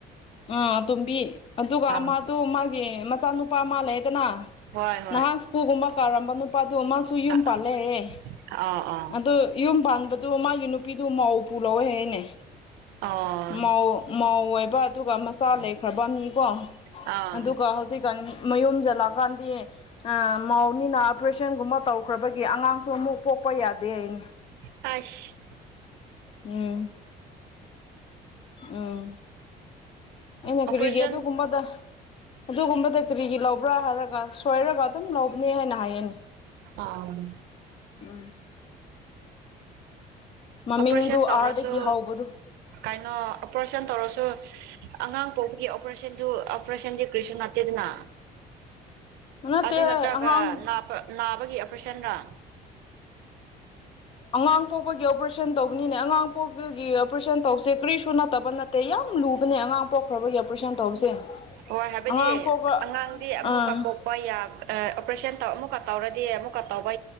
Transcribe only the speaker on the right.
ꯑꯥ
ꯍꯣꯏ ꯍꯣꯏ
ꯑꯥ
ꯑꯥ
ꯑꯥ
ꯑꯥ
ꯑꯥꯏꯁ
ꯑꯣꯄꯔꯦꯁꯟ
ꯑꯥꯡ
ꯑꯣꯄꯔꯦꯁꯟ
ꯇꯧꯔꯁꯨ
ꯀꯩꯅꯣ ꯑꯣꯄꯔꯦꯁꯟ ꯇꯧꯔꯁꯨ ꯑꯉꯥꯡ ꯄꯣꯛꯄꯒꯤ ꯑꯣꯄꯔꯦꯁꯟꯗꯨ ꯑꯣꯄꯔꯦꯁꯟꯗꯤ ꯀ꯭ꯔꯤꯁꯨ ꯅꯠꯇꯦꯗꯅ꯫
ꯑꯗꯨ ꯅꯠꯇ꯭ꯔꯒ
ꯅꯥꯕ ꯅꯥꯕꯒꯤ ꯑꯣꯄꯔꯦꯁꯟꯔꯥ?
ꯍꯣꯏ ꯍꯥꯏꯕꯗꯤ
ꯑꯉꯥꯡꯗꯤ ꯑꯃꯨꯛ
ꯀꯥꯄꯣꯛ ꯍꯣꯏ ꯑꯣꯄꯔꯦꯁꯟ ꯑꯃꯨꯛꯀ ꯇꯧꯔꯗꯤ ꯑꯃꯨꯛꯀ ꯇꯧꯕ